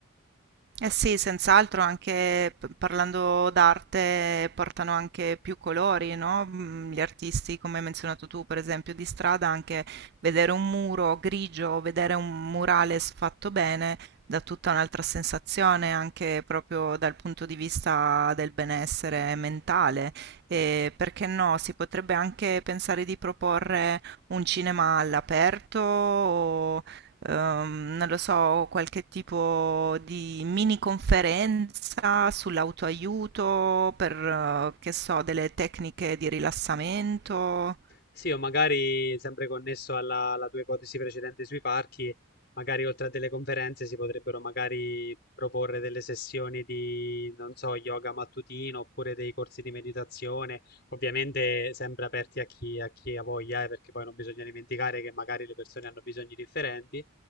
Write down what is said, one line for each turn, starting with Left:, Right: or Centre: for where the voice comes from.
Right: Eh sì, senz'altro anche p- parlando d'arte portano anche più colori, no? Mm, Gli artisti, come hai menzionato tu, per esempio, di strada, anche vedere un muro grigio o vedere un murale fatto bene dà tutta un'altra sensazione, anche proprio dal punto di vista del benessere mentale. E perché no? Si potrebbe anche pensare di proporre un cinema all'aperto ehm, non lo so, qualche tipo di mini conferenza sull'autoaiuto per, eh, che so, delle tecniche di rilassamento.
Left: Sì, o magari sempre connesso alla, alla tua ipotesi precedente sui parchi, magari oltre a delle conferenze si potrebbero magari proporre delle sessioni di, non so, yoga mattutino oppure dei corsi di meditazione, ovviamente sempre aperti a chi, a chi ha voglia, eh, perché poi non bisogna dimenticare che magari le persone hanno bisogni differenti,